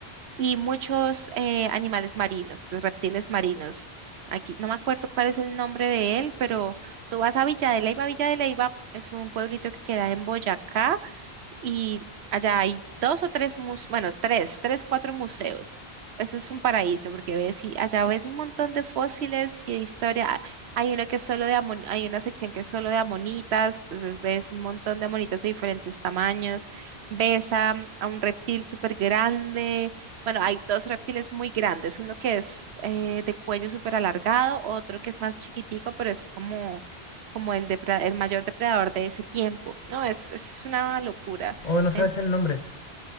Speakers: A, on the right (about 85°); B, on the left (about 45°).
A: y muchos eh, animales marinos, entonces reptiles marinos. Aquí no me acuerdo cuál es el nombre de él, pero... Tú vas a Villa de Leyva. Villa de Leyva es un pueblito que queda en Boyacá y allá hay dos o tres museos, bueno, tres, tres, cuatro museos. Eso es un paraíso porque ves y allá ves un montón de fósiles y de historia. Hay uno que es solo de amon- hay una sección que es solo de amonitas, entonces ves un montón de amonitas de diferentes tamaños. Ves a, a un reptil súper grande. Bueno, hay dos reptiles muy grandes, uno que es eh, de cuello súper alargado, otro que es más chiquitico, pero es como como el, depre- el mayor depredador de ese tiempo. No, es, es una locura.
B: O no sabes
A: En-
B: el nombre.